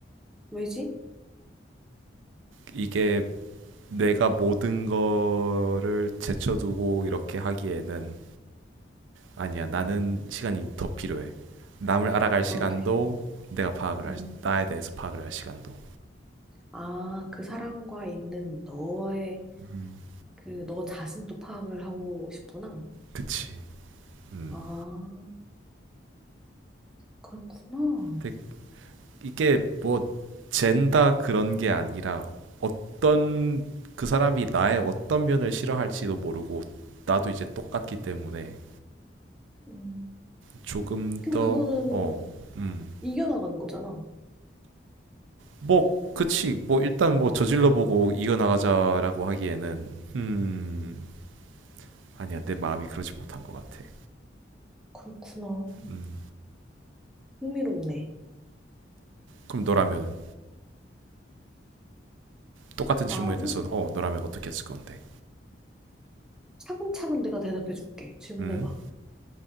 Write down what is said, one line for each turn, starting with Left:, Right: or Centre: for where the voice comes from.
Centre: 왜지?
Right: 이게 내가 모든 거를 제쳐두고 이렇게 하기에는 아니야, 나는 시간이 더 필요해. 남을 알아갈 시간도
Centre: 너 되게,
Right: 내가 파악을
Centre: 음,
Right: 할, 나에 대해서 파악을 할 시간도.
Centre: 아, 그 사람과 있는 너의,
Right: 음.
Centre: 그, 너 자신도 파악을 하고 싶구나.
Right: 그치. 음.
Centre: 아, 그렇구나.
Right: 근데 이게 뭐 젠다 그런 게 아니라 어떤 그 사람이 나의 어떤 면을 싫어할지도 모르고 나도 이제 똑같기 때문에
Centre: 음,
Right: 조금
Centre: 근데
Right: 더
Centre: 그거는
Right: 어, 음.
Centre: 이겨나가는 거잖아.
Right: 뭐 그치. 뭐 일단 뭐 저질러 보고 이겨 나가자라고 하기에는 음. 아니야. 내 마음이 그러지 못한 것 같아.
Centre: 그렇구나.
Right: 음.
Centre: 흥미롭네.
Right: 그럼 너라면은 똑같은 질문에
Centre: 나라면
Right: 대해서 어 너라면 어떻게 했을 건데?
Centre: 차근차근 내가 대답해 줄게. 질문해봐.
Right: 음.